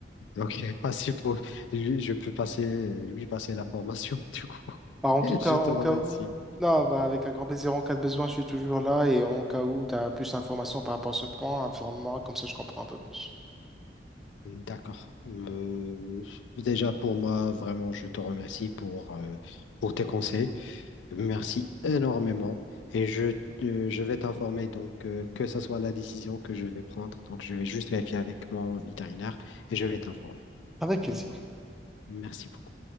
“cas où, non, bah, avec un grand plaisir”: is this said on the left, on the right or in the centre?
Centre